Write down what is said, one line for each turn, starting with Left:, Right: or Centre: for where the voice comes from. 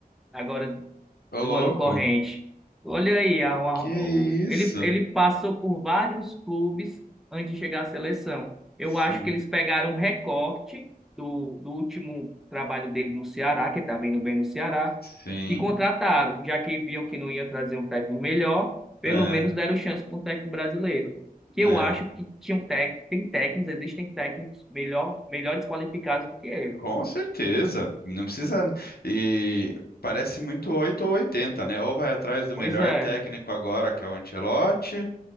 Centre: agora
Left: Ô,
Centre: do
Left: louco.
Centre: ano corrente. Olha aí, a- uma-
Left: Que
Centre: o-
Left: isso?
Centre: ele, ele passou por vários clubes antes de chegar à seleção. Eu
Left: Sim,
Centre: acho que eles pegaram um recorte do, do último trabalho dele no Ceará, que estava indo bem no Ceará,
Left: sim.
Centre: e contrataram, já que viam que não ia trazer um técnico melhor, pelo
Left: É,
Centre: menos deram chance para um técnico brasileiro. Que
Left: é.
Centre: eu acho que tinham tec, tem técnicos, existem técnicos melhor, melhores qualificados do que ele.
Left: Com certeza. Não precisa. E parece muito 8 ou 80, né? Ou vai atrás do
Centre: Pois
Left: melhor
Centre: é,
Left: técnico agora, que é o Ancelotti.